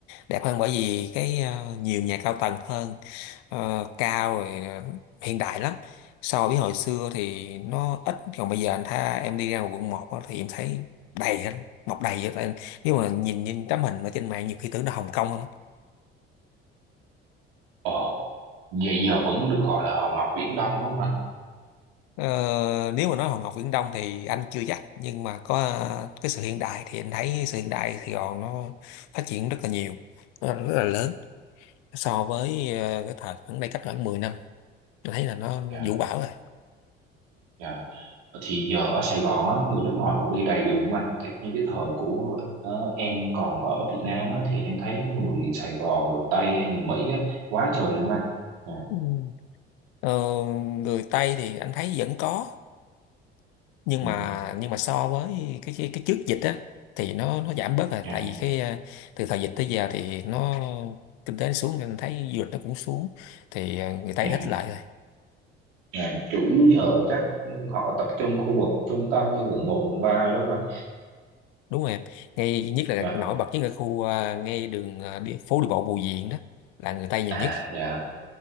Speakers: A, on the left; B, on the right.
A: đẹp hơn bởi vì cái ờ, nhiều nhà cao tầng hơn ờ, cao rồi ờ, hiện đại lắm so với hồi xưa thì nó ít còn bây giờ anh thấy em đi ra ngoài quận 1 thì em thấy đầy hết mọc đầy hết Tại nếu mà nhìn nhìn tấm hình ở trên mạng nhiều khi tưởng là Hồng Kông không á.
B: Ồ, vậy giờ vẫn được gọi là Hòn Ngọc Viễn Đông đúng không anh?
A: Ờ, nếu mà nói Hòn Ngọc Viễn Đông thì anh chưa chắc nhưng mà có ờ, cái sự hiện đại thì anh thấy sự hiện đại Sài Gòn nó phát triển rất là nhiều rất là rất là lớn so với ờ, cái thời khoảng đây cách khoảng mười năm tôi thấy là nó
B: Dạ,
A: vũ bão rồi
B: dạ. Thì giờ ở Sài Gòn á, người nước ngoài còn đi đầy đường không anh? Tại như cái thời của ờ, em còn ở Việt Nam á, thì em thấy người Sài Gòn rồi Tây hay người Mỹ á, quá trời luôn anh. Dạ,
A: Ừ. Ờ, người Tây thì anh thấy vẫn có nhưng
B: ừ,
A: mà nhưng mà so với cái cái, cái trước dịch á thì nó nó giảm bớt rồi
B: dạ,
A: tại vì cái ờ, từ thời dịch tới giờ thì nó kinh tế nó xuống nên thấy du lịch nó cũng xuống thì ờ, người Tây
B: dạ,
A: ít lại rồi
B: dạ. Chủ yếu giờ chắc họ tập trung khu vực trung tâm như quận một quận 3 rồi đúng không anh?
A: đúng rồi em ngay nhất là
B: Dạ,
A: nổi bật nhất là khu ờ, ngay đường ờ, đi, phố đi bộ Bùi Viện đó là người Tây nhiều
B: à,
A: nhất
B: dạ,